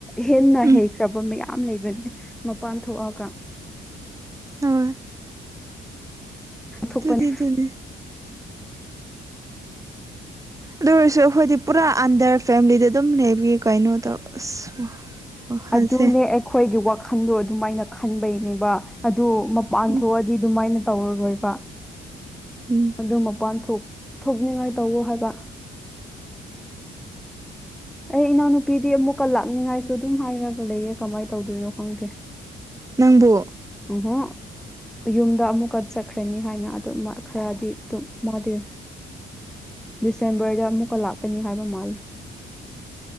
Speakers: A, in the centre; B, on the right.
A: ꯍꯦꯟꯅ
B: ꯎꯝ
A: ꯍꯩꯈ꯭ꯔꯕ ꯃꯌꯥꯝ ꯂꯩꯕꯥꯅꯤ ꯃꯄꯥꯟ ꯊꯣꯛꯑꯥꯒꯥ
B: ꯍꯣꯏ
A: ꯊꯣꯛꯄꯅꯦ
B: ꯗꯨꯗꯤ ꯗꯨꯅꯦ ꯑꯗꯨ ꯑꯣꯏꯔꯁꯨ ꯑꯩꯈꯣꯏꯗꯤ ꯄꯨꯔꯥ ꯑꯟꯗꯔ ꯐꯦꯃꯤꯂꯤꯗ ꯑꯗꯨꯝ ꯂꯩꯕꯒꯤ ꯀꯩꯅꯣ ꯇꯧ ꯑꯁ ꯋꯥꯈꯜꯁꯦ
A: ꯑꯗꯨꯅꯦ ꯑꯩꯈꯣꯏꯒꯤ ꯋꯥꯈꯟꯗꯣ ꯑꯗꯨꯝꯃꯥꯏꯅ ꯈꯟꯕꯩꯅꯦꯕꯥ ꯑꯗꯨ ꯃꯄꯥꯟ
B: ꯎꯝ
A: ꯊꯣꯛꯑꯗꯤ ꯗꯨꯃꯥꯏꯅ ꯇꯧꯔꯥꯔꯣꯏꯕ
B: ꯎꯝ
A: ꯑꯗꯨ ꯃꯄꯥꯟ ꯊꯣꯛ ꯊꯣꯛꯅꯤꯡꯉꯥꯏ ꯇꯧꯋꯣ ꯍꯥꯏꯕ ꯑꯩ ꯏꯅꯥꯎ ꯅꯨꯄꯤꯗꯤ ꯑꯃꯨꯛ ꯀꯣ ꯂꯥꯛꯅꯤꯡꯉꯥꯏꯁꯨ ꯑꯗꯨꯝ ꯍꯥꯏꯔꯒ ꯂꯩꯌꯦ ꯀꯃꯥꯏ ꯇꯧꯗꯣꯏꯅꯣ ꯈꯪꯗꯦ
B: ꯅꯪꯕꯨ
A: ꯑ <inaudible> ꯌꯨꯝꯗ ꯑꯃꯨꯛꯀꯥ ꯆꯠꯈ꯭ꯔꯅꯤ ꯍꯥꯏꯅ ꯑꯗꯨꯝ ꯈꯔꯗꯤ ꯑꯗꯨꯝ ꯃꯥꯗꯤ ꯗꯤꯁꯦꯝꯕ꯭ꯔꯗ ꯑꯃꯨꯛꯀꯥ ꯂꯥꯛꯀꯥꯅꯤ ꯍꯥꯏꯕ ꯃꯥꯜꯂꯦ